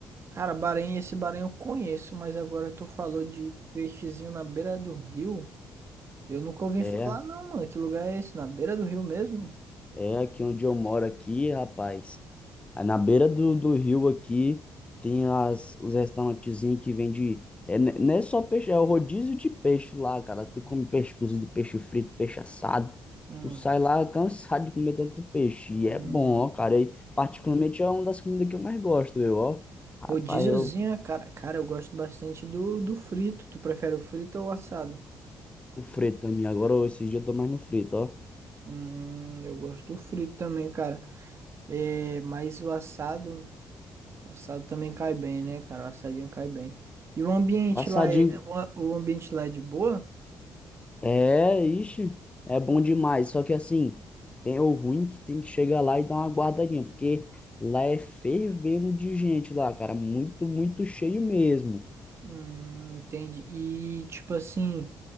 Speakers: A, on the right; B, on the left.
A: Cara, Bahrein, esse Bahrein eu conheço, mas agora tu falou de peixezinho na beira do rio. Eu nunca ouvi
B: É.
A: falar, não, mano. Que lugar é esse? Na beira do rio mesmo?
B: É aqui onde eu moro aqui, rapaz. Aí na beira do, do rio aqui tem as, os restaurantezinhos que vende. É, n- não é só peixe, é o rodízio de peixe lá, cara. Tu come peixe cozido, peixe frito, peixe assado.
A: Hum,
B: Tu sai lá cansado de comer tanto peixe. E
A: hum.
B: é bom, ó, cara. E, particularmente é uma das comidas que eu mais gosto, eu, ó. Rapaz,
A: Rodíziozinho,
B: eu,
A: cara, cara, eu gosto bastante do, do frito. Tu prefere o frito ou o assado?
B: o frito também. Agora, ó, esses dias eu tô mais no frito, ó.
A: Hum, eu gosto do frito também, cara. É, mas o assado, o assado também cai bem, né, cara? O assadinho cai bem. E o ambiente
B: Passadinho,
A: lá é, o, a- o ambiente lá é de boa?
B: É, ixi, é bom demais. Só que assim, tem o ruim que tem que chegar lá e dar uma guardadinha, porque lá é fervendo de gente lá, cara. Muito, muito cheio mesmo.
A: Hum, entendi. E tipo assim,